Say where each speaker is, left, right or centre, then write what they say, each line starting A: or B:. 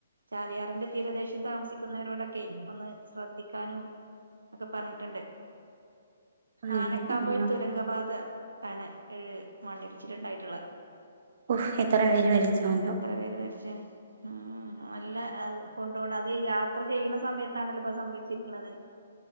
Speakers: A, on the right; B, on the right.
A: ചാലിയാറിന്റെ തീരദേശം താമസിക്കുന്നവരോടൊ ക്കെയ് ഒന്ന് ശ്രദ്ധിക്കാനും ഒക്കെ പറഞ്ഞിട്ട്ണ്ട്
B: ആണല്ലേ
A: ആനക്കാമ്പൊയിൽ
B: ആഹ്
A: തുരങ്കപാത ആണ് ഈ മണ്ണിടിച്ചില്ണ്ടായിട്ട്ള്ള
B: ഉഹ് എത്ര പേര് മരിച്ചോ എന്തോ
A: എത്ര പേര് മരിച്ച് ഉം ഓല്ലെ അത് കൊണ്ടോണ അതെയ് യാത്ര ചെയ്യ്ണ സമയത്താണല്ലോ പ്പൊ അത് സംഭവിച്ചിരിക്ക്ണത്